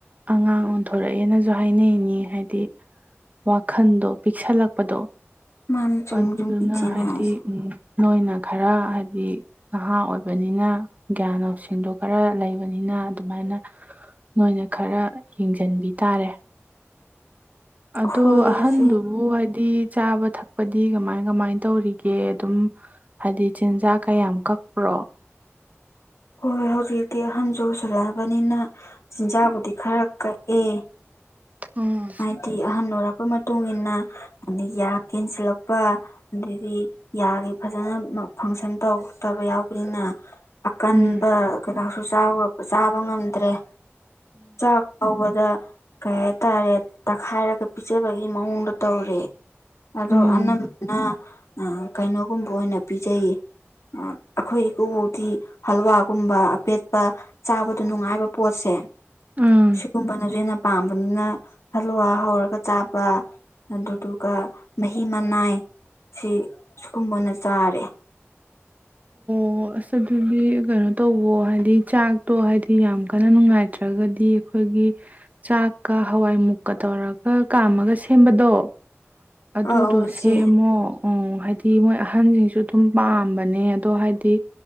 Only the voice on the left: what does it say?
<inaudible>
ꯃꯥꯅꯤ ꯆꯨꯝꯃꯤ
ꯆꯨꯝꯃꯤ ꯏꯆꯦꯅ
ꯍꯥꯏꯁꯦ
ꯍꯣꯏ
ꯏꯆꯦ
ꯍꯣꯏ ꯍꯣꯏ ꯍꯧꯖꯤꯛꯇꯤ ꯑꯍꯟꯁꯨꯁꯜꯂꯛꯑꯕꯅꯤꯅ ꯆꯤꯟꯖꯥꯛꯕꯨꯗꯤ ꯈꯔ ꯀꯛꯑꯦ
ꯑꯥꯏ ꯇ ꯑꯍꯅꯣꯔꯀꯣꯏ ꯃ ꯃꯇꯨꯡ ꯏꯟꯅ ꯑꯩ ꯌꯥ ꯀꯦꯟꯁꯤꯜꯂꯛꯄ ꯑꯗꯗꯤ ꯌꯥꯒꯤ ꯐꯖꯅ ꯐꯪꯁꯟ ꯇꯧꯗꯕ ꯌꯥꯎꯕꯅꯤꯅ ꯑꯀꯟꯕ
ꯀꯩꯅꯣꯁꯨ ꯆꯥꯕ ꯉꯝꯗ꯭ꯔꯦ ꯆꯥꯛ ꯐꯧꯕꯗ ꯀꯩ ꯍꯥꯏꯇꯥꯔꯦ ꯇꯛꯈꯥꯏꯔꯒ ꯄꯤꯖꯕꯒꯤ ꯃꯑꯣꯡꯗꯣ ꯇꯧꯔꯦ ꯑꯗꯣ
ꯑꯅꯝꯕꯅ ꯑ ꯀꯩꯅꯣꯒꯨꯝꯕ ꯑꯣꯏꯅ ꯄꯤꯖꯩꯌꯦ ꯑꯩꯈꯣꯏ ꯏꯀꯨꯕꯧꯗꯤꯤ ꯍꯜꯋꯥꯒꯨꯝꯕ ꯑꯄꯦꯠꯄ ꯆꯥꯕꯗ ꯅꯨꯡꯉꯥꯏꯕ ꯄꯣꯠꯁꯦ
ꯁꯤꯒꯨꯝꯕꯅꯁꯨ ꯍꯦꯟꯅ ꯄꯥꯝꯕꯅꯤꯅ ꯍꯜꯂꯨꯋꯥ ꯍꯧꯔꯒ ꯆꯥꯕ ꯑꯗꯨꯗꯨꯒ ꯃꯍꯤ ꯃꯅꯥꯏ ꯁꯤ ꯁꯤꯨꯒꯨꯝꯕꯅ ꯆꯥꯔꯦ <inaudible>
ꯑꯧ ꯆꯦ